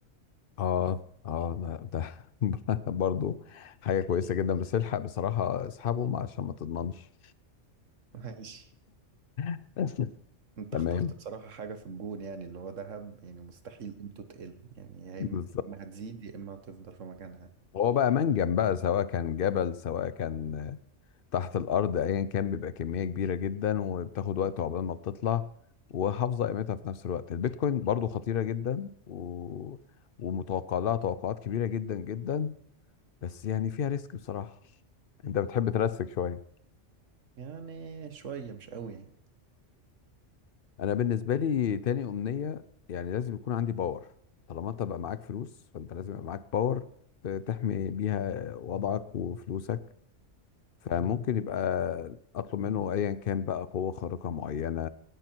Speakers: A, on the left (about 55°); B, on the right (about 85°).
A: اه اه ده, ده <laughs> برضو حاجة كويسة جدا بس الحق بصراحة اسحبهم عشان ما تضمنش
B: <laughs> ماشي
A: <laughs>
B: انت
A: تمام
B: اخترت بصراحة حاجة في الجون يعني اللي هو ذهب يعني مستحيل قيمته تقل يعني يا
A: بالظبط
B: اما يا إما هتزيد يا اما هتفضل في مكانها
A: هو بقى منجم بقى سواء كان جبل سواء كان آه، تحت الأرض أيا كان بيبقى كمية كبيرة جدا وبتاخد وقت عقبال ما بتطلع وحافظة قيمتها في نفس الوقت البيتكوين برضو خطيرة جدا و... ومتوقع لها توقعات كبيرة جدا جدا بس يعني فيها ريسك بصراحة أنت بتحب ترسك شوية
B: يعني شوية مش قوي يعني
A: انا بالنسبه لي تاني امنيه يعني لازم يكون عندي باور طالما انت بقى معاك فلوس فانت لازم يبقى معاك باور ت- تحمي بيها وضعك وفلوسك فممكن يبقى اطلب منه ايا كان بقى قوه خارقه معينه